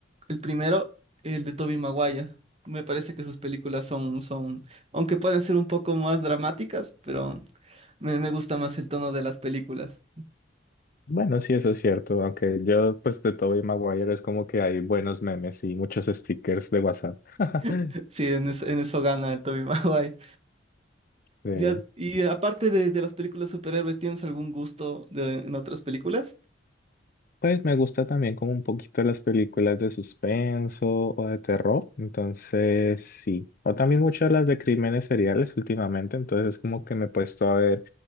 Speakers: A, on the right; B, on the left.
A: el primero, el de Tobey Maguire. Me parece que sus películas son, son, aunque pueden ser un poco más dramáticas, pero me, me gusta más el tono de las películas.
B: Bueno, sí, eso es cierto, aunque yo pues de Tobey Maguire es como que hay buenos memes y muchos stickers de WhatsApp. <laughs>
A: <laughs> Sí, en eso, en eso gana el Tobey <laughs> Maguire.
B: Sí.
A: Ya- y aparte de, de las películas superhéroes, ¿tienes algún gusto de- en otras películas?
B: Pues me gusta también como un poquito las películas de suspenso o de terror, entonces sí. O también muchas las de crímenes seriales últimamente, entonces es como que me he puesto a ver